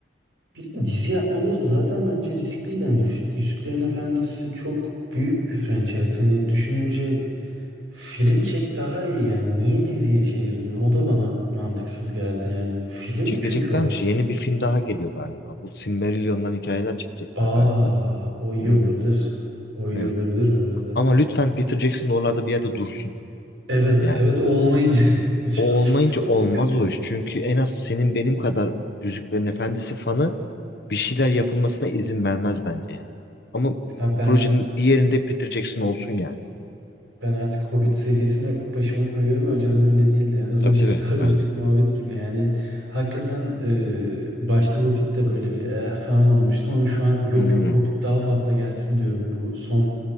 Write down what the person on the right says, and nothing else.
Bir de dizi yapmaları zaten bence riskliydi. Hani F- Yüzüklerin Efendisi çok büyük bir franchise. Hani düşününce Film çek daha iyi yani. Niye diziye çevirdin? O da bana mantıksız geldi yani. Film
çünkü o.
Aa,
o iyi
olabilir. O iyi
olabilir bu arada.
Evet,
evet o olmayınca <laughs>
çok
kötü oluyor.
Ha ben
Ben artık Hobbit serisini öpüp başıma koyuyorum. Önceden öyle değildi. Yani az
önceki
<laughs> Star Wars'taki
muhabbet gibi. Yani hakikaten e, başta Hobbit'te böyle bir eh falan olmuştu ama şu an yok
yok Hobbit daha fazla gelsin diyorum. Bu son